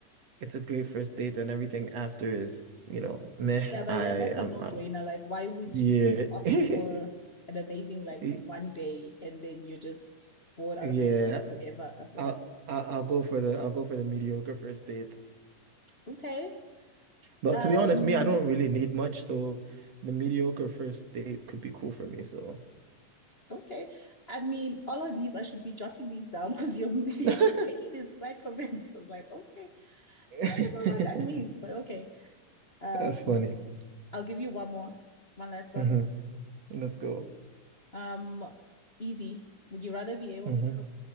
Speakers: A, on the right; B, on the left.
A: it's a great first date and everything after is, you know, meh,
B: Yeah, but
A: I
B: yeah, that's
A: I'm,
B: a no-brainer.
A: I'm
B: Like, why would
A: yeah.
B: you opt
A: <laughs>
B: for an amazing like
A: Y-
B: one day and then you're just bored out
A: Yeah.
B: of your mind forever after
A: I'll,
B: that?
A: I'll I'll go for the I'll go for the mediocre first date.
B: Okay.
A: But
B: Um,
A: to be honest, me, I don't really need much, so the mediocre first date could be cool for me, so
B: okay. I mean, all of these, I should be jotting these down because you're <laughs> you're
A: <laughs>
B: making these side comments. I'm like, okay,
A: <laughs>
B: I don't know what that means, but okay. Um,
A: That's funny.
B: I'll give you one more, one last one.
A: hmm Let's go.
B: Um, easy. Would you rather be able
A: hmm
B: to cook